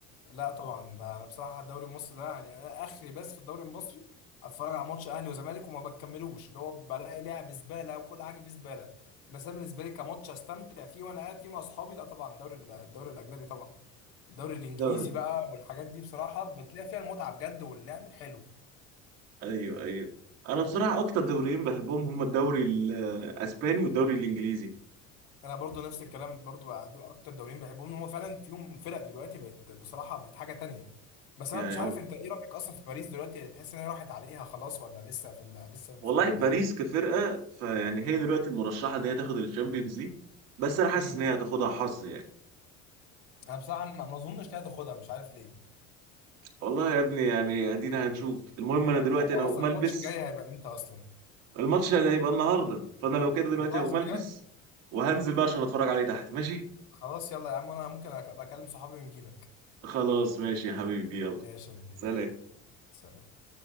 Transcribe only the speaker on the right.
دوري
ايوه ايوه انا بصراحه اكتر دوريين بحبهم هم الدوري الاسباني والدوري الانجليزي
يعني
هو
والله
باريس كفرقه فيعني هي دلوقتي المرشحه ان هي تاخد الشامبيونز ليج بس انا حاسس
ان هي هتاخدها حظ يعني
والله يا ابني يعني ادينا هنشوف المهم انا دلوقتي
انا
هقوم البس
الماتش ده هيبقى النهارده فانا لو كده دلوقتي
هقوم البس
وهنزل بقى عشان اتفرج عليه تحت ماشي
خلاص ماشي يا حبيبي يلا
سلام